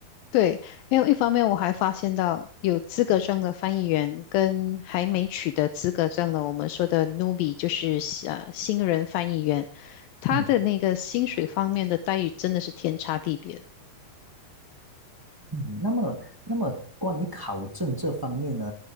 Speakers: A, on the left (about 80°); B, on the right (about 35°).
A: 对，因为一方面我还发现到有资格证的翻译员跟还没取得资格证的，我们说的 n e b i e 就是呃新人翻译员，他的那个薪水方面的待遇真的是天差地别。
B: 嗯嗯，那么那么关于考证这方面呢，